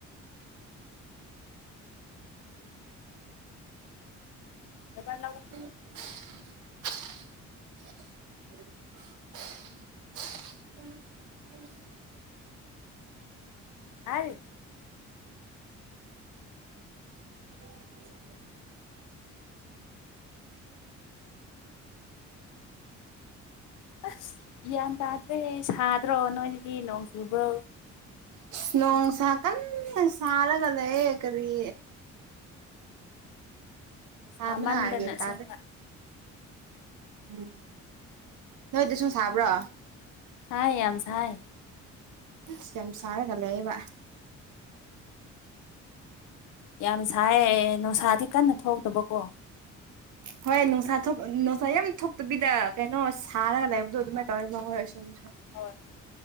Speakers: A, on the left; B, on the right.
A: ꯅꯣꯏꯕ ꯂꯧ
B: <unintelligible> <unintelligible>
A: ꯍꯥꯜ
B: <inaudible>
A: ꯑꯁ ꯒ꯭ꯌꯥꯟ ꯇꯥꯗ꯭ꯔꯦ ꯁꯥꯗ꯭ꯔꯣ ꯅꯣꯏꯗꯗꯤ ꯅꯣꯡꯖꯨꯕ꯭ꯔꯣ
B: ꯅꯣꯡ ꯁꯥ ꯀꯤꯟꯅ ꯁꯥꯔꯒ ꯂꯩꯌꯦ ꯀꯔꯤ ꯁꯕꯅ
A: ꯁꯥꯃꯟꯗꯅ
B: ꯒꯌꯥꯟ
A: ꯑꯁꯦꯡꯕ
B: ꯇꯥꯗꯦ ꯎꯝ ꯅꯣꯏꯗꯁꯨ ꯁꯥꯕ꯭ꯔꯣ
A: ꯁꯥꯢ ꯌꯥꯝ ꯁꯥꯏ
B: ꯑꯁ ꯌꯥꯝ ꯁꯥꯔꯒ ꯂꯩꯑꯦꯕ
A: ꯌꯥꯝ ꯁꯥꯏꯑꯦ ꯅꯨꯡꯁꯥꯗꯤ ꯀꯟꯅ ꯊꯣꯛꯇꯕꯀꯣ
B: ꯍꯣꯏ ꯅꯨꯡꯁꯥ ꯊꯣꯛ ꯅꯨꯡꯁꯥ ꯌꯥꯝ ꯊꯣꯛꯇꯕꯤꯗ ꯀꯩꯅꯣ ꯁꯥꯔꯒ ꯂꯩꯕꯗꯣ ꯑꯗꯨꯃꯥꯏꯅ ꯇꯧꯋꯦ ꯃꯈꯣꯏ ꯆꯨꯝꯖꯨ
A: ꯍꯣꯏ